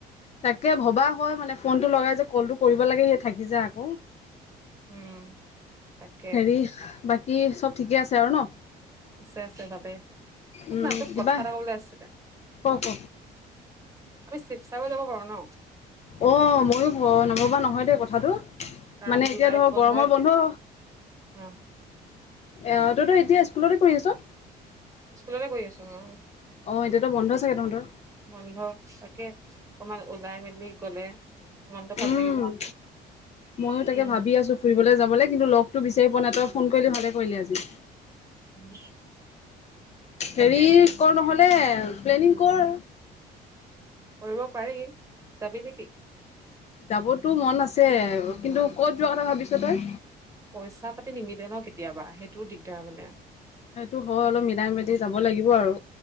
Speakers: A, on the left; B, on the right.
A: তাকে ভবা হয়, মানে ফোনটো লগাই যে কলটো কৰিব লাগে সে থাকি যায় আক।
B: উম'। তাকে
A: হেৰি, বাকী চব ঠিকে আছে আৰু ন'?
B: আছে, আছে ভালে, শুন
A: উম
B: না তোক
A: কিবা
B: কথা এটা কবলে আছিলে।
A: ক ক
B: আমি শিৱসাগৰ যাব পাৰো ন'।
A: অ' ময়ো নভবা নহয় দেই কথাটো,
B: কাৰণ
A: মানে
B: জুলাইত
A: এতিয়া ধৰ
B: বন্ধই
A: গৰমৰ বন্ধ
B: অ'।
A: অ' তইতো এতিয়া স্কুলতে কৰি আছ?
B: স্কুলতে কৰি আছো অ'
A: অঁ এতিয়াতো বন্ধ চাগে তহঁতৰ?
B: বন্ধ তাকে, অকমান ওলাই মেলি গলে। মনটো ভাল
A: উম'
B: লাগিব।
A: মইও তাকে
B: উম।
A: ভাবি আছো। ফুৰিবলে যাবলে কিন্তু লগটো বিচাৰি পোৱা নাই, তই ফোন কৰিলি ভালে কৰিলি আজি।
B: <unintelligible>
A: হেৰি
B: তাকে
A: কৰ নহ'লে প্লেনিং কৰ।
B: কৰিব পাৰি, যাবি নেকি?
A: যাবতো মন আছে, কিন্তু
B: অ
A: ক'ত যোৱাৰ কথা ভাবিছ তই?
B: পইচা পাতি নিমিলে ন কেতিয়াবা, সেইটো দিগদাৰ মানে।
A: সেইটো হয় অলপ মিলাই মেলি যাব লাগিব আৰু।